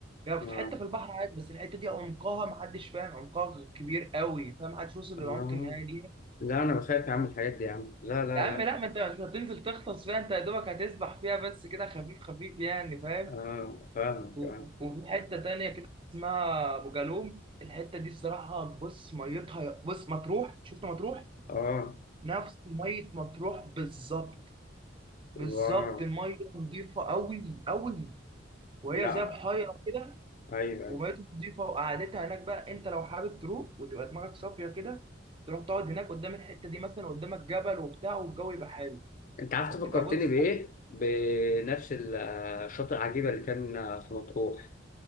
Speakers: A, on the right; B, on the left.
A: هي يعني
B: آه,
A: في حته في البحر عادي بس الحته دي عمقها محدش فاهم عمقها كبير قوي فاهم محدش وصل
B: آه.
A: للعمق النهائي ليها
B: لا أنا بخاف يا عم الحاجات دي يا عم لا لا
A: يا عم
B: لا
A: لا ما انت مش هتنزل تغطس فيها انت يا دوبك هتسبح فيها بس كده خفيف خفيف يعني فاهم
B: آه فاهمك
A: وفي
B: آه
A: حته تانية كده اسمها ابو جالوم الحته دي الصراحه بص ميتها بص مطروح شفت مطروح
B: آه
A: نفس ميه مطروح بالظبط بالظبط
B: واو
A: الميه نظيفه قوي قوي وهي
B: لا
A: زي بحيره كده
B: ايوه
A: وميتها
B: ايوه
A: نظيفه وقعدتها هناك بقى انت لو حابب تروح وتبقى دماغك صافيه كده تروح تقعد هناك قدام الحته دي مثلا قدامك جبل وبتاع والجو يبقى حلو
B: انت عارف
A: فتبقى
B: تفكرتني
A: بص
B: بايه بنفس ال- آه، الشاطئ عجيبه اللي كان آه، في مطروح